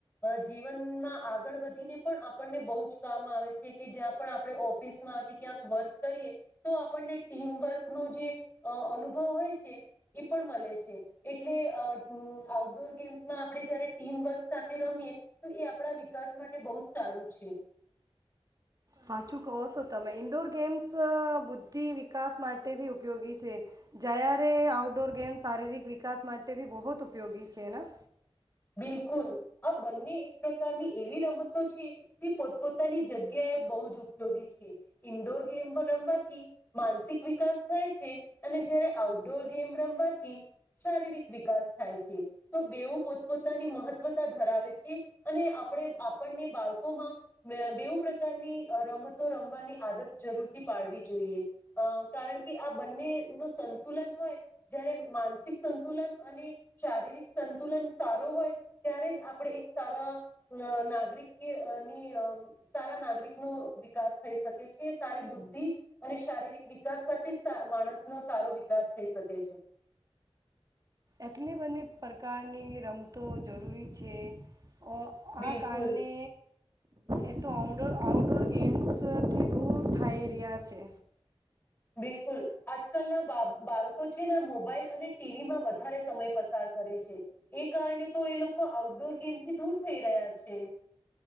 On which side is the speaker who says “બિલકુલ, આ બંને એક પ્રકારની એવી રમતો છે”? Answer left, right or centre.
Left